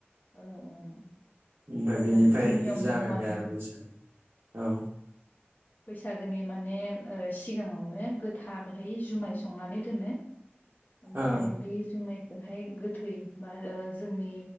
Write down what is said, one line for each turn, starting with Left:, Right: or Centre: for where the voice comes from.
Left: ओ ओ
Right: ओमफाय
Left: जोंना
Right: बेनिफाय
Left: बिदि नियम
Right: जागायबाय
Left: दं माने
Right: आरो बैसागु औ।
Left: बैसागोनि माने ओ सिगाङावनो गोथारहै जुमाय संनानै दोनो। ओमफाय
Right: औ
Left: बे जुमाय बेहाय गोथै बा ओ जोंनि